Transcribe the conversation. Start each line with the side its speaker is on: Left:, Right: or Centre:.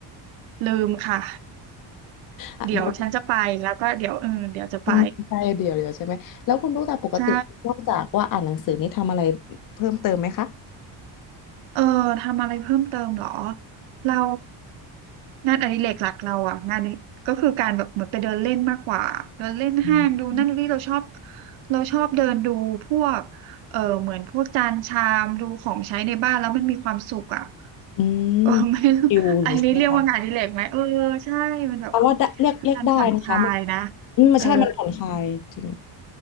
Right: ลืมค่ะ <laughs>
Left: อ่ะเดี๋ยว
Right: เดี๋ยวฉันจะไปแล้วก็เดี๋ยวเออเดี๋ยวจะไป
Left: อืมใช่เดี๋ยวเดี๋ยวใช่ไหมแล้วคุณตุ๊กตาปกตินอกจากว่าอ่านหนังสือนี่ทำอะไร
Right: ใช่
Left: เพิ่มเติมไหมคะ
Right: เออทำอะไรเพิ่มเติมเหรอเรางานอดิเรกหลักเราอ่ะงานก็คือการแบบเหมือนไปเดินเล่นมากกว่าเดินเล่นห้างดูนั่นดูนี่เราชอบ
Left: อืม
Right: เราชอบเดินดูพวกเออเหมือนพวกจานชามดูของใช้ในบ้านแล้วมันมีความสุขอ่ะ
Left: อืม
Right: <laughs> เออไม่รู้อันนี้เรียกว่างานอดิเรกไหมเออใช่มันแบบ
Left: ชิลอย่างนี้ใช่ไหมคะแต่ว่าได้เรียกเรียกได้นะคะมัน
Right: คือการผ่อนคลายนะ
Left: อืมมันใช่มันผ่อนคลายจริง
Right: เออ